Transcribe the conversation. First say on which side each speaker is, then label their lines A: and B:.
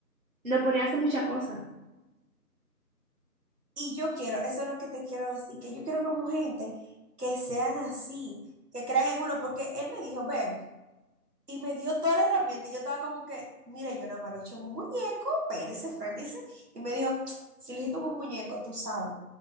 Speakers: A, on the right; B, on the right.
A: no ponía a hacer muchas cosas.
B: y yo quiero, eso es lo que te quiero decir, que yo quiero como gente que sean así, que crean en uno, porque él me dijo, ven, y me dio toda la herramienta, y yo estaba como que, mire, yo nada más lo he hecho en un muñeco, espérese, frénese, y me dijo, si lo hiciste en un muñeco, tú sabes,